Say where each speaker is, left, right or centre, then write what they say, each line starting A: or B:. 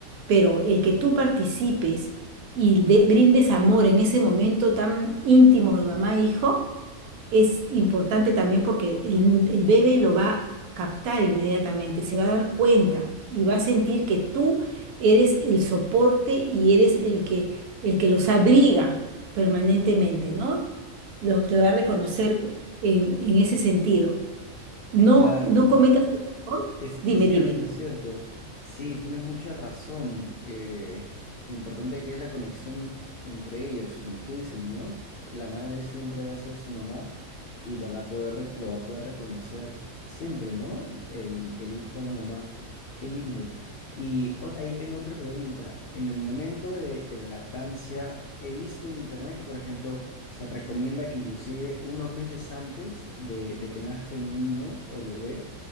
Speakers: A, on the right (about 85°); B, on the left (about 70°).
A: Pero el que tú participes y de- brindes amor en ese momento tan íntimo de mamá-hijo, es importante también porque el, el bebé lo va a captar inmediatamente, se va a dar cuenta y va a sentir que tú eres el soporte y eres el que, el que los abriga permanentemente, ¿no? Lo, te va a reconocer en, en ese sentido. No,
B: Claro.
A: no cometas el error.
B: Es,
A: Dime,
B: es cierto,
A: dime.
B: es cierto. Sí, tienes mucha razón. eh, lo importante que es la conexión entre ellos. Y como tú dices, ¿no? La madre siempre va a ser su mamá y la va a poder, rec- lo va a poder reconocer siempre, ¿no? El, el- el hijo de la mamá. Qué lindo. Y ot- ahí tengo otra pregunta. En el momento de, de la lactancia, he visto en internet que, por ejemplo, se recomienda que inclusive unos meses antes de de que nazca el niño o el bebé,